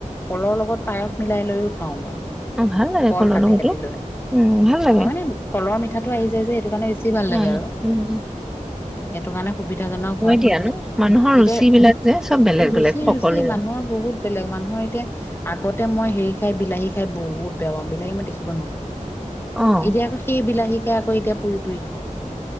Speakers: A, on the left; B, in the centre.
A: কলৰ লগত পায়স মিলাই লৈও খাওঁ মই।
B: অ', ভাল লাগে
A: কল
B: কলৰ
A: কাটি
B: লগতো।
A: কাটি লৈ
B: উম, ভাল
A: অ
B: লাগে।
A: মানে কলৰ মিঠাটো আহি যায় যে এইটো। মানে বেছি ভাল লাগে
B: অ',
A: আৰু।
B: উম,
A: সেইটো কাৰণে সুবিধাজনক হয়।
B: দিয়া ন? মানুহৰ
A: এতিয়া
B: ৰুচি বিলাক যে চব বেলেগ
A: ৰুচি
B: বেলেগ সকলোৰে।
A: ৰুচি মানুহৰ বহুত। বেলেগ মানুহৰ এতিয়া আগতে মই হেৰি খাই বিলাহী, খাই বহুত বেয়া পাওঁ বিলাহী মই দেখিব নোৱাৰো।
B: অ',
A: এতিয়া আকৌ সেই বিলাহীকে আকৌ এতিয়া পুৰি পুৰি খাওঁ।